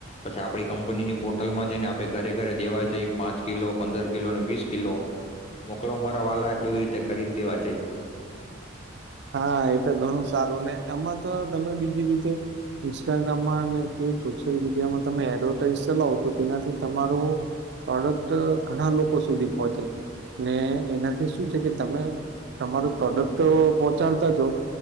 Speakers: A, on the left; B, on the right.
A: પછી આપણી કંપનીની બોટ બોટલમાં જઈને આપે ઘરે ઘરે દેવા જઈ. પાંચ કિલો, પંદર કિલો, વીસ કિલો, મોકલાવુ મારા વાલા, એવી રીતે કરીન દેવા જઈએ.
B: હા, એ તો ઘણું સારું ને. એમાં તો તમે બીજી રીતે ઇન્સ્ટાગ્રામમાં ને કે સોશિયલ મીડિયામાં તમે એડવર્ટાઈઝ ચલાવો, તો તેનાથી તમારો પ્રોડક્ટ ઘણા લોકો સુધી પહોંચે. ને એનાથી શું છે કે તમે તમારું પ્રોડક્ટ પો ચાડતા જો